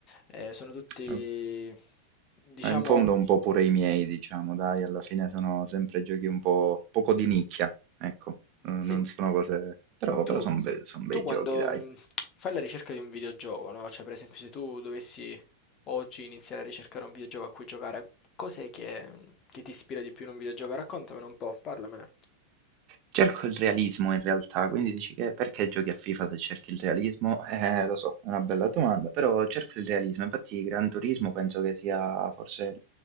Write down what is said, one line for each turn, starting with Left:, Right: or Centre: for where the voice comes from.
Left: ehm, sono tutti
Right: Eh,
Left: diciamo
Right: eh, in fondo un po' pure i miei, diciamo, dai, alla fine sono sempre giochi un po' poco di nicchia, ecco, eh, non
Left: Sen
Right: sono cose, però,
Left: tu
Right: però sono bei
Left: tu quando,
Right: giochi, dai.
Left: mhmm, fai la ricerca di un videogioco, no, cioè per esempio se tu dovessi oggi iniziare a ricercare un videogioco a cui giocare, cos'è che mhmm, che ti ispira di più in un videogioco? Raccontamene un po', parlamene.
Right: Cerco il realismo in realtà, quindi dici che perché giochi a FIFA se cerchi il realismo? <laughs> Eh, lo so, è una bella domanda, però cerco il realismo. Infatti Gran Turismo penso che sia forse